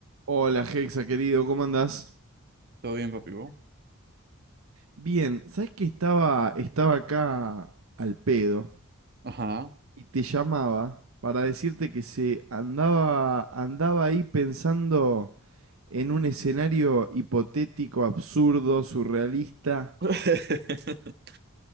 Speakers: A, on the right (about 70°); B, on the right (about 50°).
A: Hola, Hexa, querido, ¿cómo andás?
B: Todo bien, papi. ¿vos?
A: Bien, ¿sabes que estaba, estaba acá al pedo
B: Ajá.
A: y te llamaba para decirte que se andaba, andaba ahí pensando en un escenario hipotético, absurdo, surrealista,
B: <laughs>